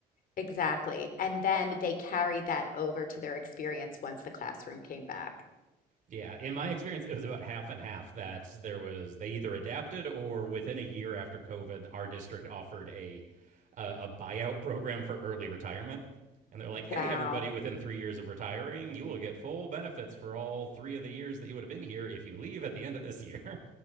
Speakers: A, on the left; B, on the right.
A: exactly. And then they carried that over to their experience once the classroom came back.
B: Yeah, in my experience, it was about half and half that there was they either adapted or within a year after COVID, our district offered a a, a buyout program for early retirement. And they're like, hey,
A: Wow.
B: everybody, within three years of retiring, you will get full benefits for all three of the years that you would have been here if you leave at the end of this year.